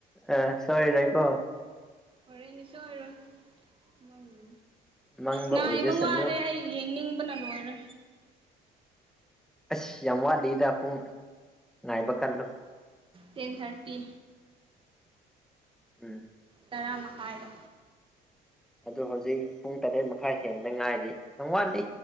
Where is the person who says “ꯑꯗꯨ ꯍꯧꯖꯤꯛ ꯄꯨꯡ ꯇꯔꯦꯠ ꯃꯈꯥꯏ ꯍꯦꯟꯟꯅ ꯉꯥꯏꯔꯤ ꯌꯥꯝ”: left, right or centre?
Centre